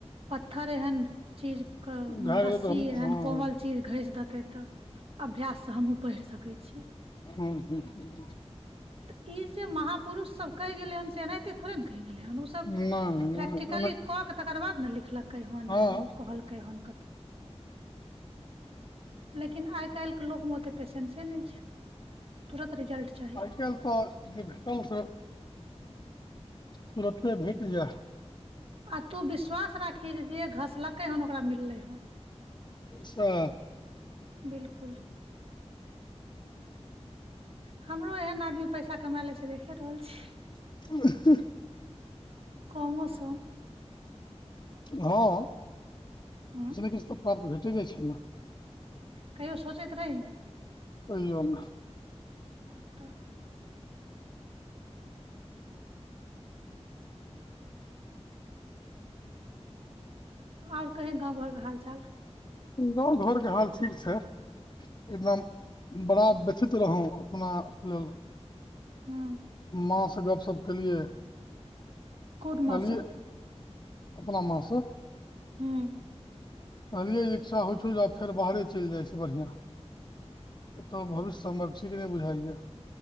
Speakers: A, on the right; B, on the left.
A: पत्थर एहेन चीज के
B: भए गेलै
A: रस्सी
B: तऽ हम
A: एहन
B: हँ
A: कोमल चीज घस देत हतै तऽ अभ्याससँ हमहुूँ पढ़ि सकै छीियै
B: हूँ हूँ हूँ
A: तऽ ई जे महापुरुष सब कहि गेले हन से एनाहिते थोड़े ने कहि ओ सब
B: नहि
A: प्रैक्टिकली
B: नहि एना
A: क के तकर बाद ने लिखलकै हन
B: हँ
A: आओर कहलकै हन लेकिन आइ काल्हि के लोक मे ओते पेशेंसे नहि छै तूरातऽ रिजल्ट चाही
B: आइ काल्हि तऽ जे भेटल से तुरते भेट जा
A: आ तू विश्वास राखही जे घसलकै हन ओकरा मिललै हन
B: अच्छा
A: बिलकुल हमरो एहन आदमी पैसा कमाए लै छै देखि रहल छियै
B: अ ह ह
A: कौन मौसम
B: हँ किछु
A: हूँ,
B: ने किछु तऽ प्राप्त भेटे जाइ छै ने
A: कहियो सोचैतैत रही
B: ओहिो ने
A: तऽ आओर कहीँ गाँव घरके हाल चाल
B: गाँव घरके हाल ठीक छै एकदम बड़ा व्यथित रहौँ अपना लेल
A: हूँ
B: माँसँ गप्पशप केलियै
A: कोन माँ
B: कहलियै
A: स
B: अपना माँसँ
A: हँ
B: कहलियै इच्छा होइ छौ जे आब फेर बाहरे चलि जाइ छै बढ़िआँ अत भविष्य हमर ठीक नहि बुझाइया